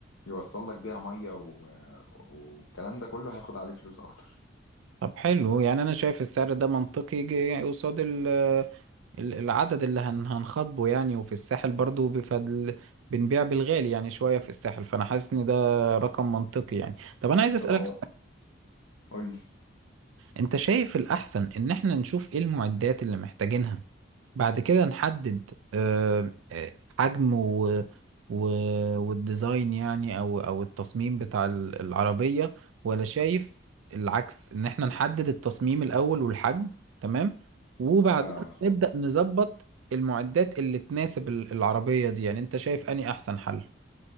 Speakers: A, on the left (about 85°); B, on the right (about 85°).
A: يوصل لك بيها ميه و... والكلام ده كله هياخد عليه فلوس اكتر
B: طب حلو يعني انا شايف السعر ده منطقي جي- قصاد ال... ال- العدد اللي هن... هنخاطبه يعني وفي الساحل برضو بفضل بنبيع بالغالي يعني شوية في الساحل فانا حاسس ان ده رقم منطقي يعني طب انا عايز اسألك
A: طب هو قول لي
B: انت شايف الأحسن إن احنا نشوف ايه المعدات اللي محتاجينها بعد كده نحدد آه، آه، حجم و... و... والديزاين يعني أو أو التصميم بتاع ال- العربية ولا شايف العكس إن احنا نحدد التصميم الأول والحجم تمام وبعدين
A: آه
B: نبدأ نظبط المعدات اللي تناسب ال- العربية دي يعني انت شايف أني أحسن حل